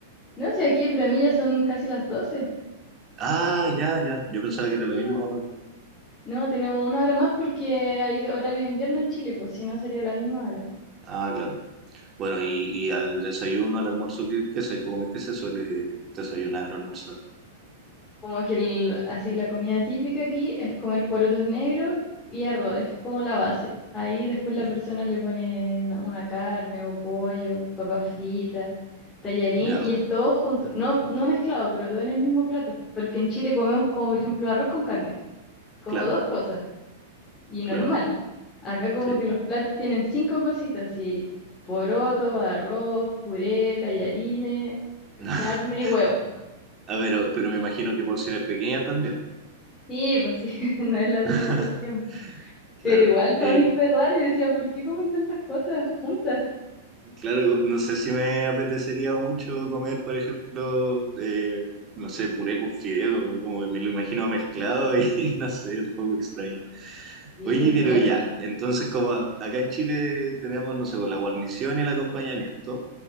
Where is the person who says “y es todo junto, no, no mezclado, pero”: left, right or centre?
Left